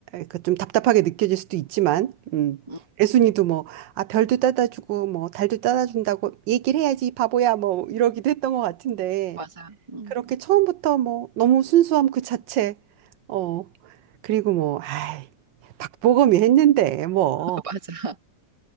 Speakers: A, on the right; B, on the right.
A: 그좀 답답하게 느껴질 수도 있지만, 음,
B: 응,
A: 애순이도 뭐, 아, 별도 따다주고, 뭐, 달도 따다준다고 얘기를 해야지, 바보야, 뭐, 이러기도 했던 것 같은데,
B: 맞아. 응,
A: 그렇게 처음부터 뭐, 너무 순수함 그 자체, 어, 그리고 뭐, 아이, 박보검이 했는데, 뭐,
B: <laughs> 맞아.